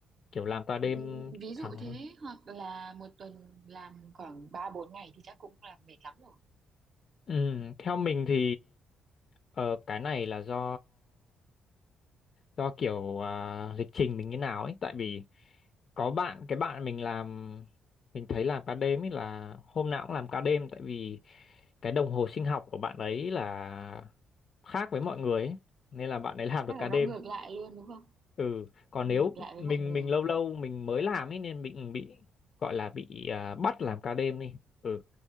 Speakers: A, on the left; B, on the right.
A: kiểu làm ca đêm
B: Ừm, Ví dụ
A: thẳng
B: thế hoặc là một tuần làm khoảng 3 4 ngày thì chắc cũng là mệt lắm rồi.
A: Ừ, theo mình thì ờ, cái này là do do kiểu à, lịch trình mình như nào ấy tại vì có bạn cái bạn mình làm mình thấy làm ca đêm ấy là hôm nào cũng làm ca đêm tại vì cái đồng hồ sinh học của bạn ấy là khác với mọi người ấy nên là bạn ấy làm
B: Chắc
A: được
B: là
A: ca
B: nó
A: đêm
B: ngược lại luôn đúng không?
A: ừ còn
B: Ngược
A: nếu
B: lại với
A: mình
B: mọi người.
A: mình lâu lâu mình mới làm ấy nên mình bị gọi là bị à, bắt làm ca đêm đi ừ